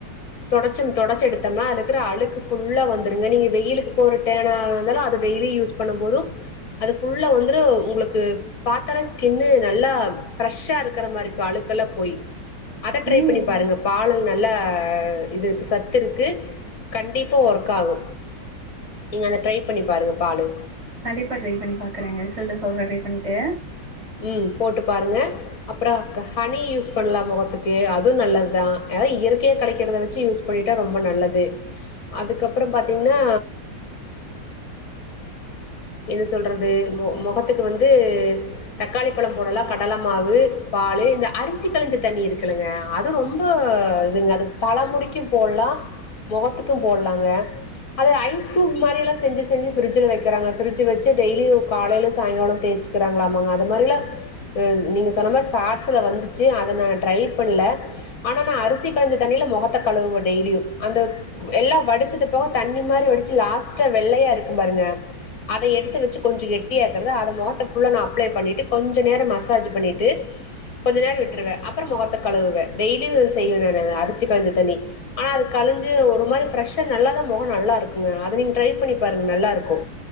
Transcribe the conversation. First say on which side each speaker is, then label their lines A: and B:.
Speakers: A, on the left; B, on the right.
A: தொடச்சு தொடுச்சு எடுத்தம்னா அதுல இருக்கற அழுக்கு ஃபுல்லா வந்தருங்க நீங்க வெயிலுக்கு போறட்டோனந்தாலு அத டெய்லி யூஸ் பண்ணுபோது அது ஃபுல்லா வந்துரு உங்களுக்கு த்தலே ஸ்கின்னு நல்லா ஃப்ரெஷா இருக்கிற மாதிரிக்கு அழுக்கெல்லா போய் அத ட்ரை
B: ம்
A: பண்ணி பாருங்க பாலல் நல்லா இது இருக்கு சத்து இருக்கு கண்டிப்பா ஒர்க் ஆகு நீங்க அத ட்ரை பண்ணி பாருங்க பாலு
B: கண்டிப்பாக பண்ணி பாக்கறேங்க ரிசல்ட்ட சொல்றே ட்ரை பண்ணிட்டு
A: ம் போட்டு பாருங்க அப்றோ க ஹனி யூஸ் பண்ணலா முகத்துக்கு அது நல்லதுதா அதாது இயற்கைய கெடைக்கிறத வச்சு யூஸ் பண்ணிட்டா ரொம்ப நல்லது அதுக்கப்பறோ பாத்தீங்கன்னா என்ன சொல்றது மமோ மோகத்துக்கு வந்து தக்காளிப்பழ போடலா கடல மாவு பாலு இந்த அரிசி கழஞ்ச தண்ணி இருக்குளங்க அது ரொம்ப இதுங்க அது தலைமுடிக்கு போட்லா முகத்துக்கு போட்லாங்க அது ஐஸ் கூப் மாதிரிலல்லா செஞ்சி செஞ்சி ஃப்ரிஜில் வைக்கிறா ஃப்ரிட்ஜ வச்ச டெய்லி காலையில சாயங்கால தேய்சு இருக்கறாகளாமாங்க அது மாரிலா நீங்க சொன்ன மாரி ஷார்ட்ஸ்ல வந்துச்சு அத நா ட்ரை பண்ணல ஆனா நா அரிசி கலைஞ்ச தண்ணியில மொகத்தை கழுவுவோ டெய்லியு அந்த எல்லா வடுச்சது போக தண்ணி மாரி வடுச்சு லாஸ்ட்டா வெள்ளையா இருக்கும் பாருங்க அத எடுத்து வெச்சு கொஞ்சோ கெட்டியாக்குறது அத மொகத்து புல்ல நா அப்ளை பண்ணிட்டு கொஞ்சோ நேரோ மசாஜ் பண்ணிட்டு கொஞ்சோ நேரோ விட்ருவ அப்றோ மொகத்த கழுவுவ டெய்லியு செய்வ நானு அது அரிசி கழஞ்ச தண்ணி ஆனா அது கழுஞ்சு ஒரு மாரி ஃப்ரெஷ்ஷா நல்லாதா மொகோ நல்லா இருக்குங்க அது நீங்க ட்ரை பண்ணி பாருங்க நல்லாருக்கு